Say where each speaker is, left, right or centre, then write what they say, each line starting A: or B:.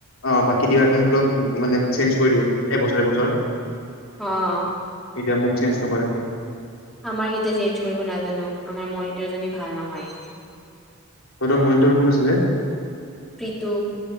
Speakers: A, on the left; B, in the centre.
A: অ বাকী ডিপাৰ্টমেন্ট বিলাক মানে চেঞ্জ কৰি দিয়ে। এবছৰ এবছৰ
B: আহ
A: এতিয়া মোক চেঞ্জ নকৰে
B: আমাৰ গীটা চেঞ্জ কৰিব নাজানো আমাৰ মনিটৰজনী ভাল নহয়
A: তহঁতৰ মনিটৰ কোন আছিলে।
B: পিতু